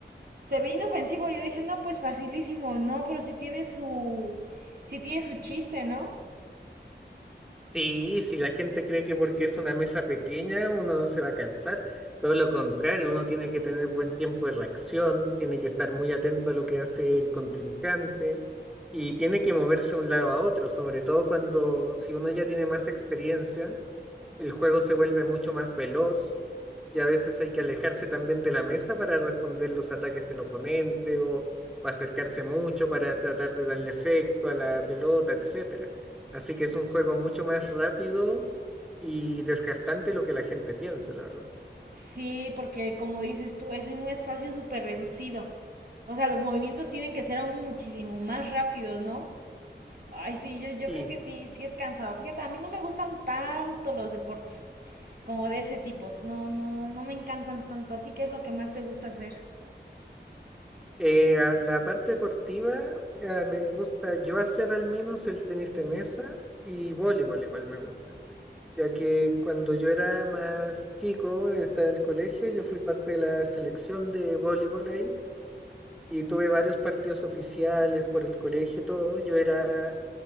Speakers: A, on the right (about 55°); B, in the centre.
A: se ve inofensivo, yo dije, no, pues facilísimo, no, pero sí tiene su, sí tiene su chiste, ¿no?
B: Sí, si la gente cree que porque es una mesa pequeña uno no se va a cansar, todo lo contrario, uno tiene que tener buen tiempo de reacción, tiene que estar muy atento a lo que hace el contrincante y tiene que moverse de un lado a otro, sobre todo cuando si uno ya tiene más experiencia. El juego se vuelve mucho más veloz y a veces hay que alejarse también de la mesa para responder los ataques del oponente o, o acercarse mucho para tratar de darle efecto a la pelota, etcétera. Así que es un juego mucho más rápido y desgastante lo que la gente piensa, la verdad.
A: Sí, porque como dices tú, es en un espacio súper reducido, o sea, los movimientos tienen que ser aún muchísimo más rápidos, ¿no? Ay, sí, yo, yo
B: Y
A: creo que
B: sí,
A: sí, sí es cansado. Fíjate, a mí no me gustan tanto los deportes como de ese tipo. No, no, no me encantan tanto. ¿A ti qué es lo que más te gusta hacer?
B: eh, a la parte deportiva eh, me gusta yo hacer al menos el tenis de mesa y voleibol igual me gusta. ya que cuando yo era más chico, estaba en el colegio, yo fui parte de la selección de voleibol ahí y tuve varios partidos oficiales por el colegio y todo. Yo era,